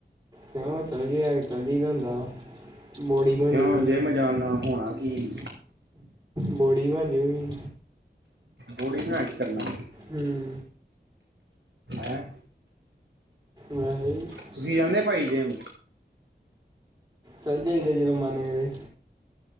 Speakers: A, on the right; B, on the right.
A: ਕਿਉਂ ਚੱਲ ਜਾ ਚੱਲੀ ਜਾਈ ਦਾ ਹੁੰਦਾ। ਬੋਡੀ ਬਣ
B: ਕਿਉ
A: ਜੂਗੀ
B: ਜਿਮ ਜਾਣ ਨਾਲ ਹੋਣਾ ਕੀ ਏ?
A: ਬੋਡੀ ਬਣ ਜਾਊਗੀ।
B: ਬੋਡੀ ਬਣਾ ਕੇ ਕਰਨਾ ਕਿ ਏ।
A: ਹਮ
B: ਹੈਂ।
A: ਨਾਈਸ।
B: ਤੁਸੀਂ ਜਾਂਦੇ ਭਾਜੀ ਜਿਮ?
A: ਚਲ ਜਾਈਦਾ ਜਦੋਂ ਮਨ ਕਰੇ।